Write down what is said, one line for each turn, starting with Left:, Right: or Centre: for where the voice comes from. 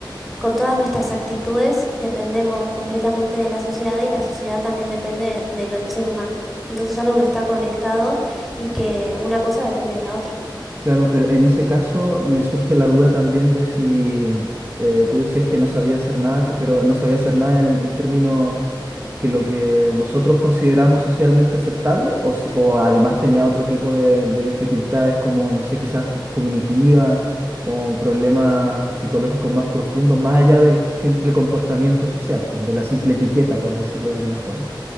Centre: con todas nuestras actitudes, dependemos completamente de la sociedad y la sociedad también depende de lo del ser humano. Entonces es algo que está conectado y que una cosa depende de la otra.
Right: Claro, pero en ese caso me surge la duda también de si eh, tú decías que no sabía hacer nada, pero no sabía hacer nada en en términos que lo que nosotros consideramos socialmente aceptable o, si- o además tenía otro tipo de, de dificultades como, no sé, quizás cognitivas o problemas psicológicos más profundos, más allá del simple comportamiento social, pues, de la simple etiqueta, por decirlo de alguna forma.